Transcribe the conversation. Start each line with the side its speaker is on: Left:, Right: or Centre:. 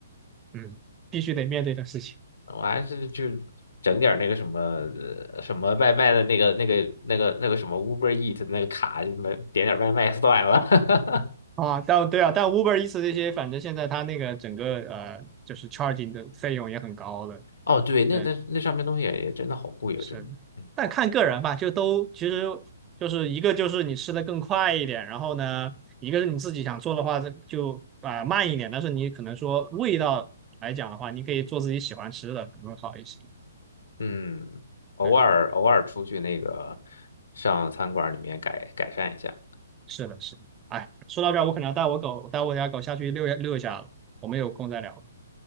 Right: 嗯，必须得面对的事情
Left: 我还是去整点儿那个什么呃什么外卖的那个那个那个那个什么 Uber Eat 那个卡，就么点点儿外卖算了。<laughs>
Right: 啊。但对啊，但 Uber Eats 这些，反正现在它那个整个呃，就是 charging 的费用也很高的。
Left: 哦，对，那那那上面东西也也真的好贵啊，
Right: 对，是的，
Left: 真的。嗯
Right: 但看个人吧，就都其实就是一个就是你吃的更快一点，然后呢，一个是你自己想做的话就啊、呃慢一点，但是你可能说味道来讲的话，你可以做自己喜欢吃的，可能会好一些。
Left: 嗯，偶尔偶尔出去那个
Right: 对，
Left: 上餐馆里面改改善一下。
Right: 是的，是的。哎，说到这儿，我可能要带我狗带我家狗下去遛一遛一下了，我们有空再聊。